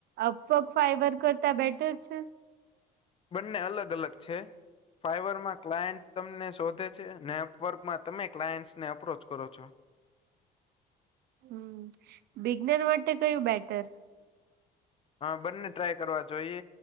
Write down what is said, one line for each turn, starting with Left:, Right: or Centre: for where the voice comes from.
Right: આ સોંગ ફાઈબર કરતા બેટર છે.
Left: બંને અલગ અલગ છે ફાઈબરમાં ક્લાયન્ટ તમને શોધે છે નેટવર્કમાં તમે ક્લાયન્ટસને અપ્રોચ કરો છો
Right: હમ બિગનર માટે કયું બેટર
Left: હા બંને ટ્રાય કરવા જોઈએ